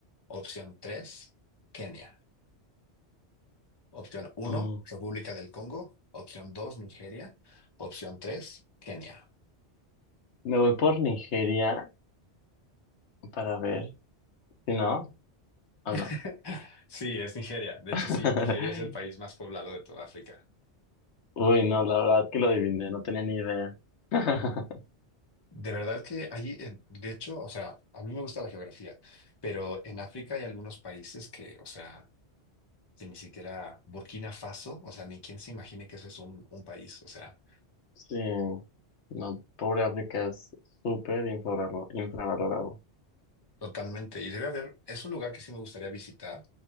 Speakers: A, on the left (about 25°); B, on the left (about 75°).
A: Opción 3, Kenia. Opción uno,
B: Mm,
A: República del Congo. Opción 2, Nigeria. Opción 3, Kenia.
B: Me voy por Nigeria para ver si no o
A: <laughs>
B: no.
A: Sí, es Nigeria. De hecho,
B: <laughs>
A: sí, Nigeria es el país más poblado de toda África.
B: Uy, no, la verdad que lo adiviné, no tenía ni idea. <laughs>
A: De verdad que allí, eh, de hecho, o sea, a mí me gusta la geografía, pero en África hay algunos países que, o sea, que ni siquiera Burkina Faso, o sea, ni quien se imagine que eso es un, un país, o sea,
B: Sí, no, pobre África es súper infravalor- infravalorado.
A: Totalmente. Y debe haber, es un lugar que sí me gustaría visitar,